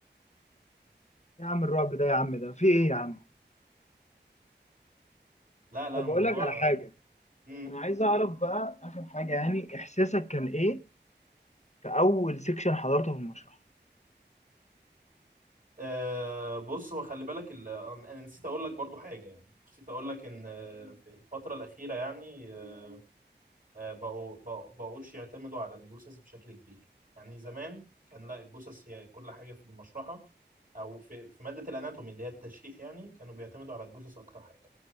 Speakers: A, on the left; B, on the right.
A: إيه يا عم الرعب ده يا عم ده في ايه يا عم
B: <laughs> لا لا
A: طب
B: الموضوع
A: اقول لك على حاجه
B: مم.
A: انا عايز اعرف بقى اخر حاجه يعني احساسك كان ايه في اول سيكشن حضرته في المشرح
B: آه بص هو خلي بالك ال... انا نسيت اقول لك برضو حاجه يعني نسيت اقول لك ان آه، في الفتره الاخيره يعني آه، آه، بقوا بقوا- بقوش يعتمدوا على الجثث بشكل كبير يعني زمان كان لا الجثث هي كل حاجة في المشرحة أو في في مادة الأناتومي اللي هي التشريح يعني كانوا بيعتمدوا على الجثث أكتر حاجة